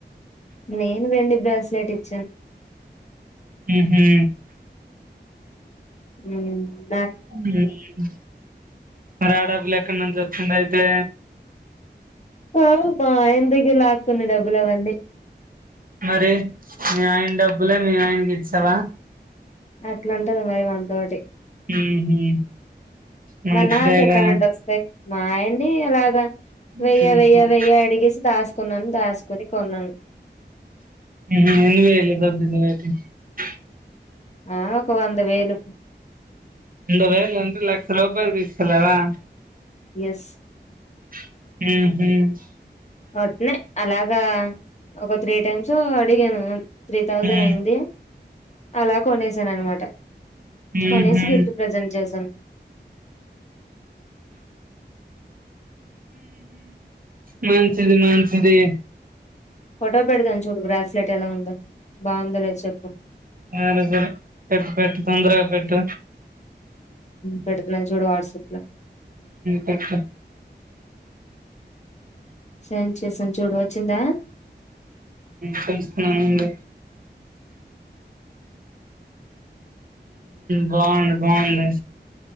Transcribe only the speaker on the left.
నేను వెండి బ్రాస్లెట్ ఇచ్
ఉమ్
హోమ్ బాయ్ మా ఆయన దగ్గర లాక్కుంది డబ్బులు అవని
అట్లుంటది మరి మన్తోటి
మరి నాకెక్కడ నుండి వస్తాయి మా ఆయన్ని ఎలాగా
వెయ్య వెయ్య
వెయ్య అడిగేసి దాస్ కున్నాను దాసుకుని కోన్నాను
ఆ ఒక వంద వేలు
ఎస్
వట్నే అలాగా ఒక త్రీ టైమ్స్ అడిగాను త్రీ థౌజండ్
అయింది అలా కొనేసాను అనమాట
కనీసి గిఫ్ట్ ప్రజెంట్ చేశాను
ఫోటో పెడదాను చూడు గ్రాస్లెట్ ఎలా ఉందో బాగుందో లేదో చెప్పు
పెడుతులంచిూడ వాట్సాప్ లో
సం చేసాం చూడు వచ్చిందా